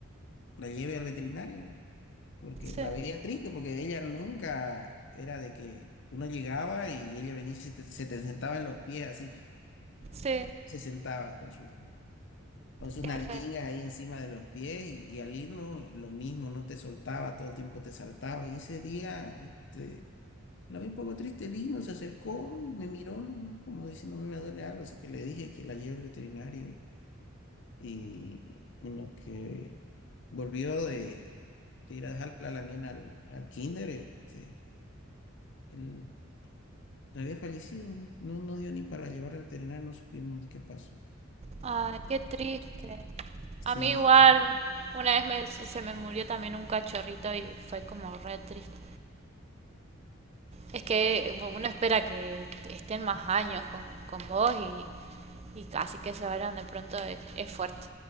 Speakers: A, on the left; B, on the right.
A: la lleve al veterinario. porque
B: sí,
A: la veía triste, porque ella nunca era de que uno llegaba y ella venía y se te, se te sentaba en los pies, así,
B: sí,
A: se sentaba con sus, con sus
B: qué
A: nalguingas
B: feo.
A: ahí encima de los pies y, y al irnos lo mismo, no te soltaba, todo el tiempo te saltaba y ese día, este, la vi un poco triste, vino, se acercó y me miró, ¿no? como diciéndome me duele algo, así que le dije que la lleve al veterinario y, y en lo que volvió de, de ir a dejarla a la nena al, al kinder, este, Él había fallecido, no, no dio ni para llevar al veterinario, no supimos qué pasó.
B: Ay, qué triste.
A: Sí,
B: A mí igual, una vez me- se me murió también un cachorrito y fue como re triste. Es que bueno, uno espera que estén más años con, con vos y, y casi que se vayan de pronto es, es fuerte.